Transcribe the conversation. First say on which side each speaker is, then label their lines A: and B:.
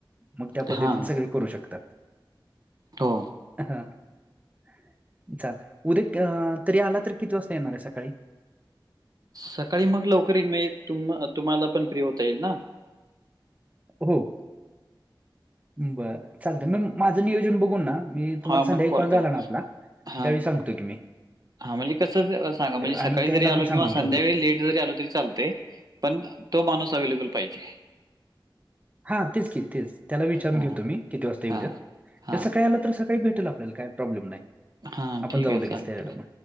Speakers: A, on the right; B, on the right.
A: मग त्या पद्धतीने
B: हा
A: सगळे करू शकतात.
B: हो
A: हा <inaudible> ल उद्या तरी आला तर किती वाजता येणार आहे सकाळी.
B: सकाळी मग लवकर <inaudible> त तुम्हाला पण फ्री होता येईल ना.
A: हो, बर चालत मग माझं नियोजन बघून ना. मी तुम्हाला
B: हा मग
A: संध्याकाळी कॉल
B: करा.
A: झाला ना आपला,
B: हा
A: त्यावेळी सांगतो की मी.
B: हा म्हणजे कसं सांगा म्हणजे सकाळी
A: आणि त्याला
B: जरी आलो
A: पण
B: किंवा
A: सांगून
B: संध्याकाळी
A: ठेवतो
B: लेट जरी आलो तरी लते. पण तो माणूस अवेलेबल पाहिजे.
A: हा तेच की तेच, त्याला विचारून
B: हा
A: घेऊ तुम्ही किती वाजता येऊ
B: हा
A: द्यात.
B: हा
A: सकाळी आला तरका <inaudible> काही भेटेल आपल्याला काही प्रॉब्लेम नाही.
B: हां
A: आपण
B: ठीक
A: जाऊ
B: आहे.
A: लगेच
B: चालेलते
A: त्याच्याकडे